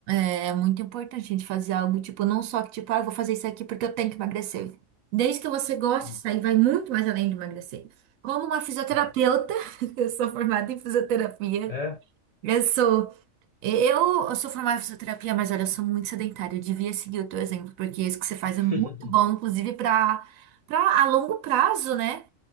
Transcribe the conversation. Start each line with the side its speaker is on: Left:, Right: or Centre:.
Right: É muito importante a gente fazer algo, tipo, não só que, tipo, ah, eu vou fazer isso aqui porque eu tenho que emagrecer. Desde que você goste,
Left: E-
Right: isso aí vai muito mais além de emagrecer. Como uma fisioterapeuta,
Left: É,
Right: <laughs> eu sou formada em fisioterapia.
Left: é?
Right: Eu sou, eu, eu sou formada em fisioterapia, mas olha, eu sou muito sedentária. Eu devia seguir o teu exemplo, porque isso que você faz
Left: <laughs>
Right: é muito bom, inclusive para para a longo prazo, né?